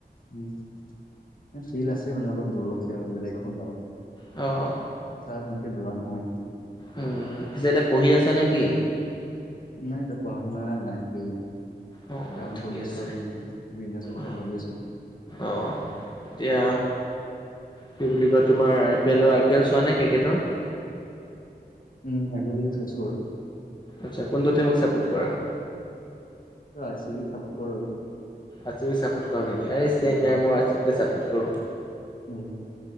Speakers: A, on the left; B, on the left.
A: উম' ফিল আছে মানে অলপ দূৰতকে আৰু বেলেগ এখন গাঁৱত।
B: অ'
A: তাত তেনেকে যোৱা নহয়।
B: উম পিছে এতিয়া পঢ়ি আছা নে কি?
A: নাই এতিয়া পঢ়া-শুনা নাইয়ে,
B: অ অ
A: কাম
B: ঠিকে
A: কৰি আছোঁ
B: আছে
A: আৰু এনেকে। বিজনেছৰ কথা
B: অ
A: ভাবি আছোঁ।
B: অ' এতিয়া কি বুলি কয় তোমাৰ আই পি এলৰ, আই পি এল চোৱা নাই ক্ৰিকেটৰ।
A: উম' আজৰিত চাইছোঁ বাৰু।
B: আচ্ছা, কোনটো টিমক ছাপোৰ্ট কৰা?
A: অ' আৰ চিবিক চাপোৰ্ট কৰো আৰু।
B: আৰ চিবিক চাপোৰ্ট কৰা নেকি? আৰে চেম
A: উম
B: ইয়াৰ মইয়ো আৰ চিবিকে চাপোৰ্ট কৰো।
A: উম'